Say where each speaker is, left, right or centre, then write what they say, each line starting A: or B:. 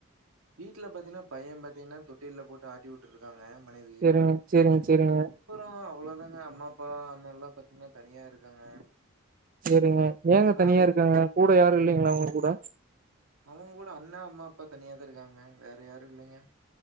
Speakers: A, on the right; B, on the right.
A: வீட்ல பாத்தீங்னா பைய பாத்தீங்னா தொட் டில்ல போட்டு ஆட்டிவுட்டுருக்காங்க மனைவி
B: சேரிங்க சேரிங்க சேரிங்க
A: அப்றோ அவ்ளோதாங்க அம்மாப்பா அண்ணல்லா பாத்தீங்னா தனியா இருக்காங்க
B: செரிங்க ஏங்க
A: நான்
B: தனியா
A: வெளி
B: இருக்காங்க கூட யாரு இல்லைங்களா உங்க கூட
A: அவுங்க கூட அண்ணா அம்மாப்பா தனியாதா இருக்காங்க வேற யாருல்லைங்க